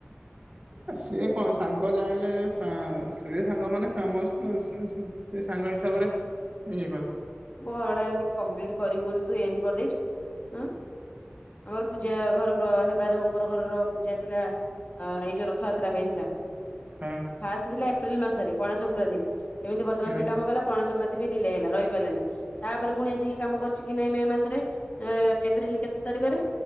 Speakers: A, on the right; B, on the left.
A: ଏ ସିଏ କଣ ସାଙ୍ଗ ଜାଇଁଲେ ସା ସ୍ତ୍ରୀ ସାଙ୍ଗ ମାନେ ସମସ୍କ ମିଶଚନ୍ତି ସିଏ ସାଙ୍ଗ ହିସାବରେ ଇଏ କରେ।
B: ତୁ ମୋ ଘରଟା ଆସିକି କମ୍ପ୍ଲିଟ୍ କରିବୁ ବୋଲି ତୁ ଏନ୍ତି କରିଦେଇଚୁ ଉଁ? ଆମର ପୂଜା ଘର ପ୍ର ହେବାର ଉପର ଘରର ପୂଜା ଥିଲା ଅ ଏଇ ଯୋଉ ରଥଯାତ୍ରା ପାଇଁ ଥିଲା।
A: ହଁ।
B: ଫାଷ୍ଟ ଥିଲା ଏପ୍ରିଲ ମାସରେ ପଣା ସଂକ୍ରାନ୍ତିକୁ ଏମିତି ବଦମାସୀ
A: ହଁ
B: କାମ କଲା ପଣା ସଂକ୍ରାନ୍ତି ବି ଡିଲେ ହେଲା ରହିପାରିଲାନି। ତାପରେ ପୁଣି ଆସିକି କାମ କରିଛି କି ନାଇଁ ମେ ମାସରେ ଏପ୍ରିଲ କେତେ ତାରିଖରେ